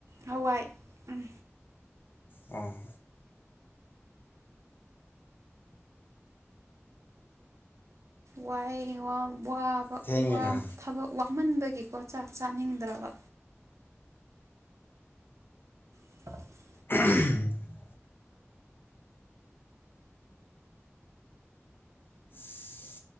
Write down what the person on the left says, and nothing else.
ꯑꯣ
ꯊꯦꯡꯉꯤꯅ
<unintelligible> <unintelligible>